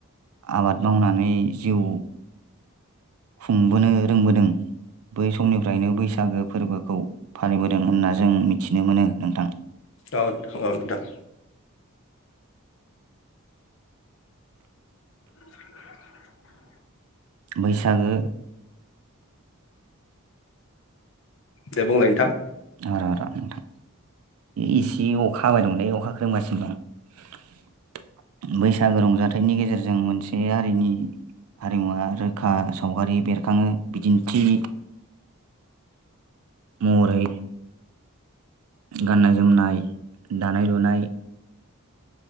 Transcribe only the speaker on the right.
आबाद मावनानै जिउ खुंबोनो रोंबोदों बै समनिफ्रायनो बैसागो फोरबोखौ फालिबोदों होनना जों मिथिनो मोनो नोंथां।
बैसागो
र र' नोंथां इसे अखा हाबाय दंमोनलै अखा खोरोमगासिनो दं। बैसागो रंजाथाइनि गेजेरजों मोनसे हारिनि हारिमुवा रोखा सावगारि बेरखाङो बिदिन्थि मरै गाननाय जोमनाय दानाय लुनाय